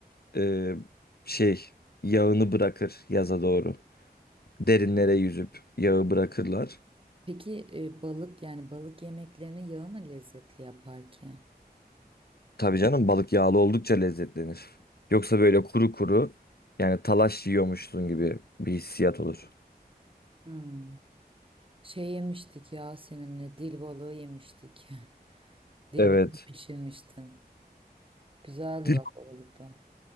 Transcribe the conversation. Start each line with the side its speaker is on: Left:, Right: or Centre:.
Left: e, şey yağını bırakır yaza doğru. Derinlere yüzüp yağı bırakırlar.
Right: Peki e, balık yani balık yemeklerini yağı mı lezzetli yapar ki?
Left: Tabii canım balık yağlı oldukça lezzetlenir. Yoksa böyle kuru kuru yani talaş yiyormuşsun gibi bir hissiyat olur.
Right: Hmm. Şey yemiştik ya seninle dil balığı yemiştik. <laughs> Dil
Left: Evet.
Right: balığı pişirmiştin. Güzeldi
Left: Dil,
Right: bak o balık da.